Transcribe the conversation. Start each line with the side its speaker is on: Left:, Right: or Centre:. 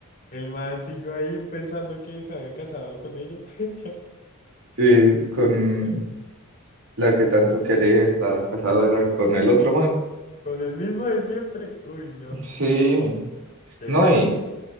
Left: el man siguió ahí pensando que se había casado con ella. <laughs>
Right: Sí, con
Left: Y
Right: la que tanto quería, estaba casado era con el otro man.
Left: Con el mismo de siempre. Uy, no.
Right: Sí,
Left: Qué,
Right: no, y
Left: uy,